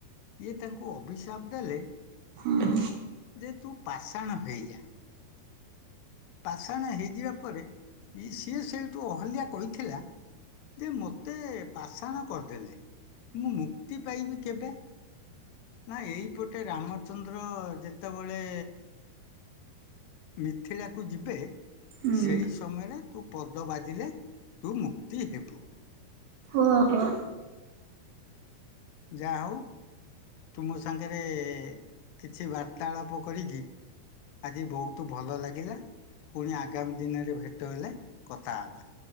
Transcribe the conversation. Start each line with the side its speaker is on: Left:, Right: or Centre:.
Left: ଇଏ ତାଙ୍କୁ ଅଭିଶାପ ଦେଲେ
Right: ଓହୋ।
Left: ଯେ ତୁ ପାଷାଣ ହେଇଯା। ପାଷାଣ ହେଇଯିବା ପରେ ସିଏ ସେଇଠୁ ଅହଲ୍ୟା କହିଥିଲା। ଯେ ମତେ ପାଷାଣ କରିଦେଲେ। ମୁଁ ମୁକ୍ତି ପାଇବି କେବେ? ନା ଏଇପଟେ ରାମଚନ୍ଦ୍ର ଯେତେବେଳେ ମିଥିଳାକୁ ଯିବେ
Right: ହୁଁ।
Left: ସେଇ ସମୟରେ ତୁ ପଦ ବାଜିଲେ ତୁ ମୁକ୍ତି ହେବୁ।
Right: ଓହୋ।
Left: ଯାହା ହୋଉ। ତୁମ ସାଙ୍ଗରେ କିଛି ବାର୍ତ୍ତାଳାପ କରିକି ଆଜି ବହୁତ ଭଲ ଲାଗିଲା ପୁଣି ଆଗାମୀ ଦିନରେ ଭେଟ ହେଲେ କଥା ହେବା।